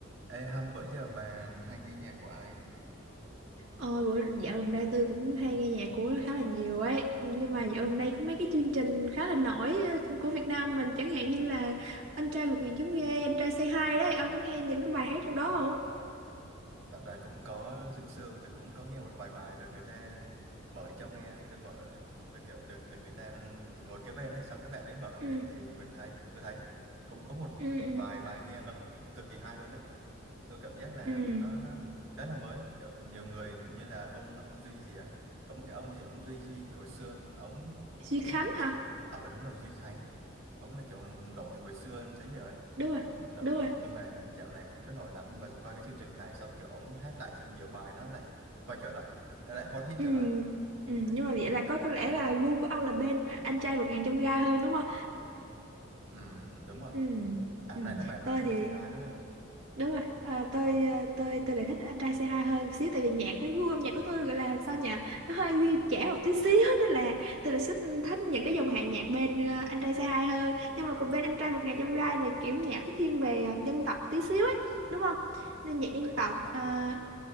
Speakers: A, on the right; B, on the right.
A: Ê Hân, bữa giờ bà hay nghe nhạc của ai?
B: Ôi, bữa dạo gần đây tôi cũng hay nghe nhạc của nó khá là nhiều ấy Nhưng mà dạo gần đây có mấy cái chương trình khá là nổi ờ, của Việt Nam mình Chẳng hạn như là Anh trai vượt ngàn chông gai, Anh trai Say Hi đấy Ông có nghe những cái bài hát trong đó không?
A: Thật ra cũng có sương sương, tôi cũng có nghe một vài bài được người ta mở cho nghe, tôi mở, tôi kiểu được được người ta ngồi kế bên ấy, xong cái bạn ấy mở
B: Ừ,
A: lên thì mình thấy, tôi thấy cũng có một
B: ừ, ừ,
A: vài bài nghe nó cực kỳ hay luôn đấy. Tôi cảm giác là
B: ừ
A: nó nó khá là mới, kiểu nhiều người như là ông ông Duy gì á, có một cái ông gì ông Duy Duy gì hồi xưa ông
B: Duy
A: ông
B: Khánh
A: là một cái
B: hả?
A: ở đúng rồi Duy Khánh, ông là kiểu nổi từ hồi xưa tới giờ ấy
B: Đúng rồi,
A: Nợ,
B: đúng
A: ừ,
B: rồi
A: nhưng mà dạo này không có nổi lắm nhưng mà qua cái chương trình này xong kiểu ống hát lại xong nhiều bài nó lại coi trở lại nó lại hot hit
B: ừ,
A: trở lại
B: ừ,
A: Nên,
B: nhưng mà vậy là có có lẽ là gu của ông là bên Anh trai vượt ngàn chông gai hơn đúng không?
A: ừ, đúng rồi
B: Ừ,
A: à
B: ừ
A: nãy là bài nói
B: Tôi
A: anh trai
B: thì
A: c hai đúng không
B: đúng rồi à, tôi à, tôi tôi lại thích anh trai c hai hơn một xíu tại vì nhạc cái gu âm nhạc của tôi gọi là sao nhỉ nó hơi trẻ một tí xíu <laughs> nên là tôi lại thích thích những cái dòng hàng nhạc bên à, anh trai c hai hơn nhưng mà còn bên anh trai một ngàn trong gai là kiểu nhạc nó thiên về à, dân tộc tí xíu ấy đúng không nên nhạc dân
A: về dân
B: tộc
A: tộc
B: À,
A: hả